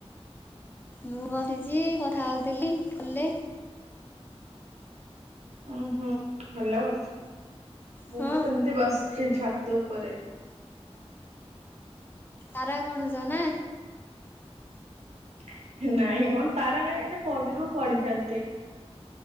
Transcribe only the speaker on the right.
ଓଁ ହୁଁ ଭଲ ଆଉ ମୁଁ
ବି ସେମତି ବସ ସେ ଛାତ ଉପରେ
<inaudible> ନାଇଁ ମ ତାରା କାଇଁ ଆଜି ପଡ଼ି ହଁ ପଡିଛନ୍ତି।